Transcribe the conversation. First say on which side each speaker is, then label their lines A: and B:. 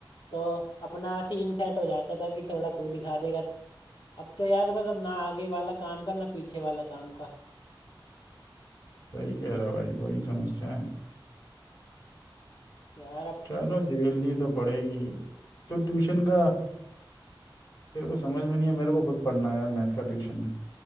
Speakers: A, on the left (about 75°); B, on the left (about 45°).
A: तो अपना सीन सेट हो जाता था कि थोड़ा तू दिखा देगा अब तो यार मतलब ना आगे वाला काम का ना पीछे वाला काम का
B: सही कह रहा भाई बड़ी समस्या है
A: यार अब
B: चलो झेलनी तो पड़ेगी तो ट्यूशन का तेरे को समझ में नहीं है मेरे को खुद पढ़ना है यार मैथ का ट्यूशन